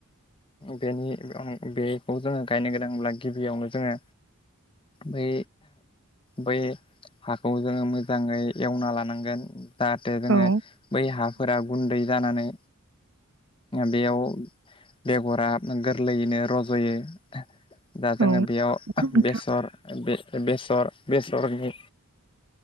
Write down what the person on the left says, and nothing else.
बेनि बेखौ जोङो गायनो गोनांब्ला गिबियावनो जोङो बै बै हाखौ जोङो मोजाङै एवना लानांगोन। जाहाथे जोङो
बै हाफोरा गुन्दै जानानै बेयाव बेगरा गोरलैयैनो रज'यो दा जोङो
बेयाव
बेसर बेसर बेसरनि